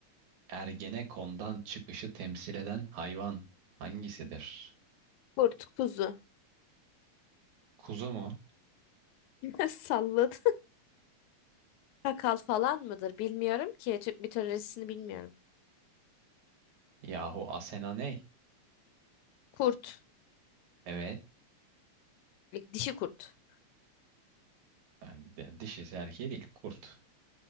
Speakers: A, on the right; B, on the left.
A: Ergenekon'dan çıkışı temsil eden hayvan hangisidir?
B: Kurt, kuzu.
A: Kuzu mu?
B: <laughs> Salladı. Kakal falan mıdır? Bilmiyorum ki. Türk mitolojisini bilmiyorum.
A: Yahu Asena ney?
B: Kurt.
A: Evet.
B: Dişi kurt.
A: Yani de- dişisi erkeği değil. Kurt.